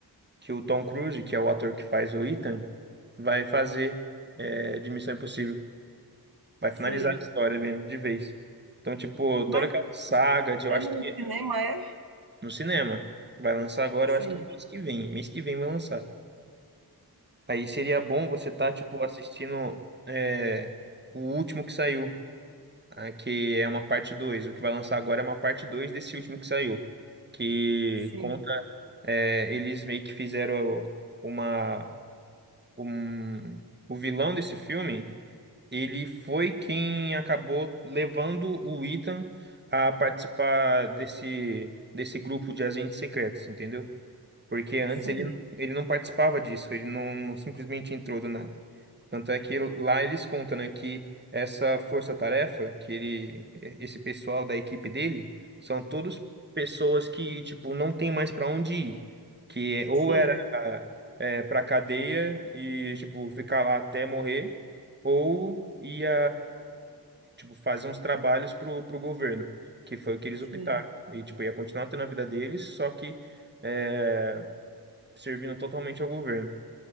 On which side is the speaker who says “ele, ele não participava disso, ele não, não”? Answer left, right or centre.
Right